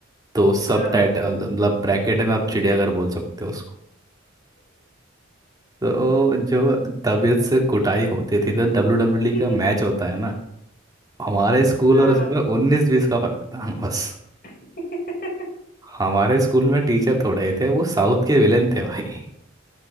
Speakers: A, on the right; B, on the left.
A: तो सब
B: हाँ
A: टाइटल मतलब ब्रैकेट में आप चिड़ियाघर बोल सकते हो उसको तो जो तबीयत से कुटाई होती थी तो डब्ल्यू डब्ल्यू
B: <laughs>
A: ई का मैच होता है ना हमारे स्कूल
B: हाँ
A: और उसमें उन्नीस बीस का फर्क था बस
B: <laughs>
A: हमारे स्कूल में टीचर थोड़े ही थे वो साउथ के विलेन थे भाई